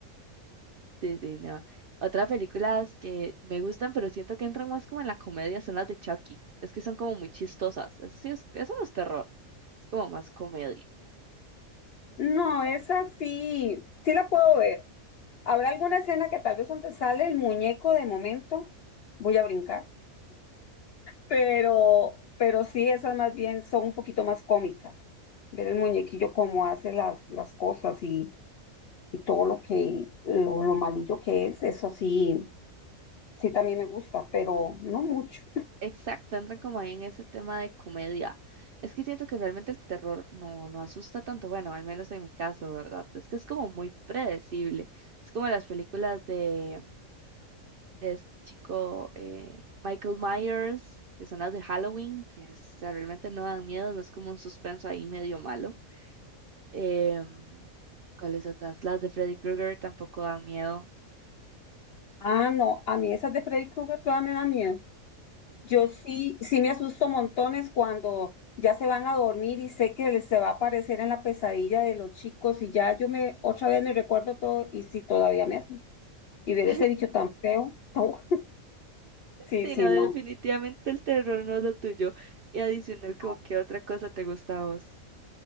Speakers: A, on the right; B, on the left.
A: Sí, sí, no. Otras películas que me gustan, pero siento que entran más como en la comedia, son las de Chucky. Es que son como muy chistosas. Eso sí, es, eso no es terror, es como más comedia.
B: No, esa sí, sí la puedo ver. Habrá alguna escena que tal vez donde sale el muñeco de momento, voy a brincar. Pero, pero sí, esas más bien son un poquito más cómicas. Ver el muñequillo cómo hace las, las cosas y, y todo lo que, lo, lo malillo que es, eso sí, sí también me gusta, pero no mucho.
A: Exacto, entran como ahí en ese tema de comedia. Es que siento que realmente el terror no, no asusta tanto, bueno, al menos en mi caso, ¿verdad? Es que es como muy predecible. Es como las películas de de este chico eh, Michael Myers, que son las de Halloween, que es- o sea, realmente no dan miedo, no es como un suspenso ahí medio malo. Em, ¿cuáles otras? Las de Freddy Krueger tampoco dan miedo.
B: Ah, no, a mí esas de Freddy Krueger todas me dan miedo. Yo sí, sí me asusto montones cuando ya se van a dormir y sé que les se va a aparecer en la pesadilla de los chicos y ya yo me otra vez me recuerdo todo y sí todavía me asusto. Y ver
A: <laughs>
B: ese bicho tan feo, no, sí,
A: Sí,
B: sí,
A: no, definitivamente
B: no,
A: el terror no es lo tuyo. Y adicional,
B: no.
A: como qué otra cosa te gusta a vos,